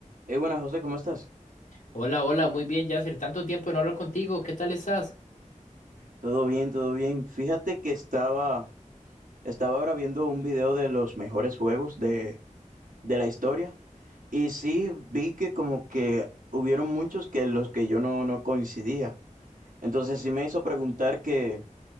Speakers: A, on the right (about 80°); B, on the left (about 70°).
A: Hey, buenas José, ¿cómo estás?
B: Hola, hola, muy bien, Yasser. Tanto tiempo de no hablar contigo. ¿Qué tal estás?
A: Todo bien, todo bien. Fíjate que estaba, estaba ahora viendo un video de los mejores juegos de, de la historia y sí vi que como que hubieron muchos que los que yo no, no coincidía. Entonces sí me hizo preguntar que,